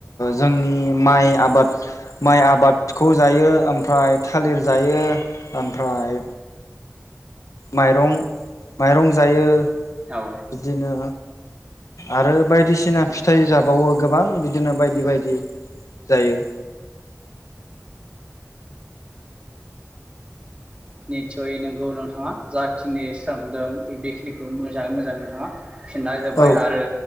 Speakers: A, on the left; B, on the right.
A: जोंनि माइ आबाद माइ आबादखौ जायो ओमफ्राय थालिर जायो ओमफ्राय माइरं माइरं जायो।
B: औ
A: बिदिनो आरो बायदिसिना फिथाइ जाबावो गोबां बिदिनो बायदि बायदि। बिदि जायो
B: निसय नंगौ नोंथाङा जाखिनि स्रोंदों बेखिनिखौ मोजाङै मोजां नोंथाङा फिननाय होबाय
A: औ
B: आरो